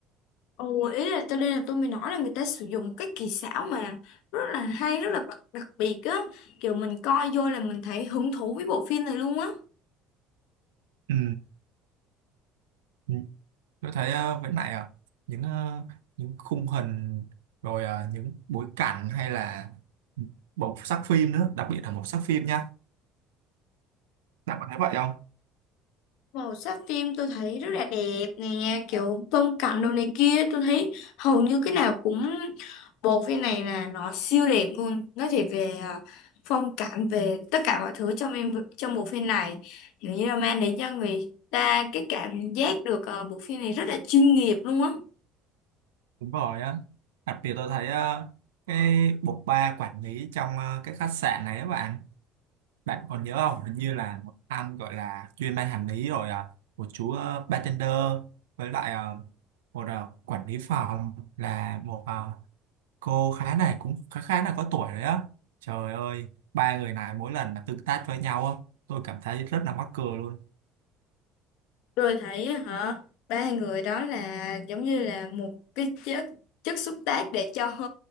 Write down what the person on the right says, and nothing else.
ừ. ừ. tôi thấy ờ, với lại ờ, những ờ, những khung hình rồi ờ, những bối cảnh hay là màu sắc phim nữa đặc biệt là màu sắc phim nha bạn có thấy vậy không
đúng rồi á đặc biệt tôi thấy ờ, cái bộ ba quản lý trong ờ, cái khách sạn này á bạn Bạn còn nhớ không? Hình như là một anh gọi là chuyên ban hành lý rồi à, một chú ờ, bartender với lại ờ, một ờ, quản lý phòng là một ờ, cô khá này cũng khá khá là có tuổi đấy á. Trời ơi, ba người này mỗi lần mà tương tác với nhau á, tôi cảm thấy rất là mắc cười luôn.